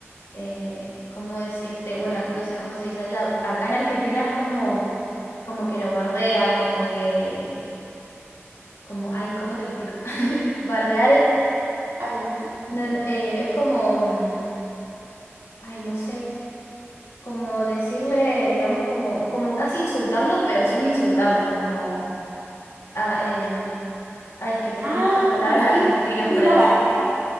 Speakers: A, on the left (about 85°); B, on the right (about 60°).
A: eh, ¿cómo decirte? Bueno, no sé cómo se dice allá. Acá en Argentina es como, como que lo bardea, como que, como, ay, ¿cómo te lo explico? <laughs> Bardear es,
B: Ah, no, dime, dime.
A: no, no, eh, es como, mm, ay, no sé, como decirle, digamos, como, como casi insultarlo, pero sin insultarlo, como, ah, em, ay, es que tengo
B: Ah,
A: muchas palabras argentinas
B: sí, sí,
A: para
B: lo
A: decir.
B: bardean.